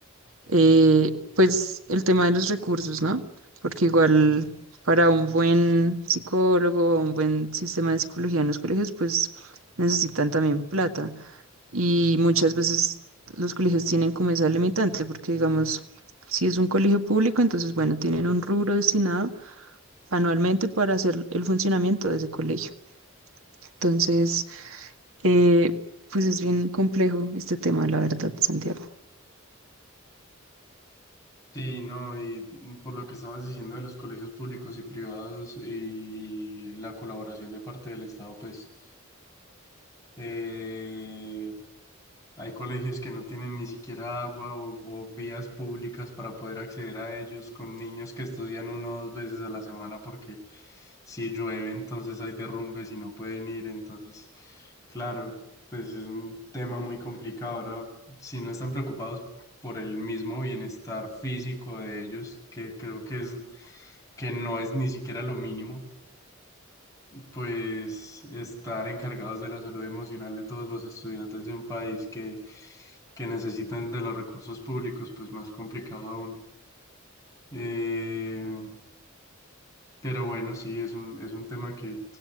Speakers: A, on the right (about 75°); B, on the left (about 15°).
A: eh, pues el tema de los recursos, ¿no? Porque igual para un buen psicólogo, un buen sistema de psicología en los colegios, pues necesitan también plata. Y muchas veces los colegios tienen como esa limitante, porque digamos, si es un colegio público, entonces bueno, tienen un rubro destinado anualmente para hacer el funcionamiento de ese colegio. Entonces, eh, pues es bien complejo este tema, la verdad, Santiago.
B: Sí, no, y por lo que estabas diciendo de los colegios públicos y privados y la colaboración de parte del Estado, pues eh, hay colegios que no tienen ni siquiera agua o, o vías públicas para poder acceder a ellos, con niños que estudian una o dos veces a la semana porque si llueve entonces hay derrumbes y no pueden ir, entonces, claro, pues es un tema muy complicado. Ahora, si no están preocupados por el mismo bienestar físico de ellos, que creo que es que no es ni siquiera lo mínimo, pues estar encargados de la salud emocional de todos los estudiantes de un país que, que necesitan de los recursos públicos, pues más complicado aún. Eh, pero bueno, sí, es un, es un tema que